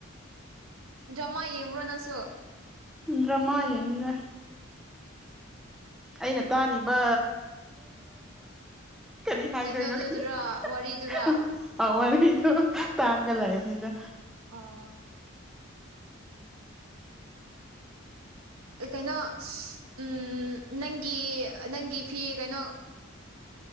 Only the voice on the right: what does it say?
ꯖꯃꯥ ꯌꯦꯡꯕ꯭ꯔꯣ ꯅꯪꯁꯨ
ꯀꯩꯅꯣꯗꯨꯗꯨꯔꯥ
ꯋꯥꯔꯤꯗꯨꯔꯥ
ꯑ ꯀꯩꯅꯣ ꯎꯝ ꯅꯪꯒꯤ ꯅꯪꯒꯤ ꯐꯤ ꯀꯩꯅꯣ